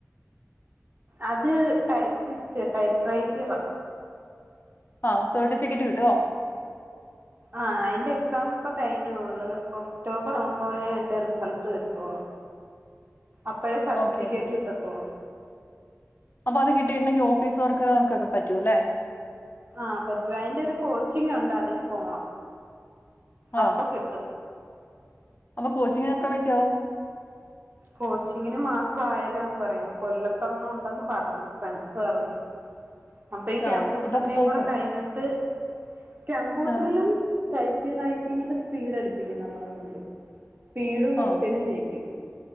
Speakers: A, on the right; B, on the left.
A: അത് ടൈപ്പിസ്റ്റ് ടൈപ്പ് റൈറ്ററാ
B: ആ സർട്ടിഫിക്കറ്റ് കിട്ടുവോ
A: ആ അയിൻ്റെ എക്സാം ഇപ്പൊ കഴിഞ്ഞൊള്ളു. ഒക്ടോബർ ആവുമ്പോഴേ അതിന്റെ റിസൾട്ട് വരുത്തൊള്ളൂ. അപ്പോഴ് സർട്ടിഫിക്കറ്റ്
B: ഓക്കെ
A: കിട്ടത്തോളൂ.
B: അപ്പൊ അത് കിട്ടിയിട്ടുണ്ടെങ്കി ഓഫീസ് വർക്ക്കാർക്കൊക്കെ പറ്റൂല്ലെ
A: ആ പറ്റും അയിന്റെ ഒരു കോച്ചിങ് ഉണ്ട് അതിന് പോണം അപ്പൊ
B: ആഹ്
A: കിട്ടും
B: അപ്പൊ കോച്ചിങ്ങിന് എത്ര പൈസയാവും
A: കോച്ചിങ്ങിന് മാസം ആയിരാന്ന് പറയുന്നു കൊല്ലത്തൊരെണ്ണം ഉണ്ടന്ന് പറഞ്ഞു ഫ്രണ്ട്സ് പറഞ്ഞു അപ്പൊ ഈ
B: ആഹ്
A: കമ്പ്യൂട്ടറിന്റെയും
B: അപ്പൊ പോകും.
A: കൂടെ കഴിഞ്ഞിട്ട് കമ്പ്യൂട്ടറിലും
B: ആഹ്
A: ടൈപ്പ് റൈറ്റിങ്ങിന്റെ സ്പീഡ് അടുപ്പിക്കും നമ്മളെ കൊണ്ട് സ്പീടും കൊസ്ത്ത്യനും
B: ആഹ്
A: ചെയ്യിപ്പിക്കും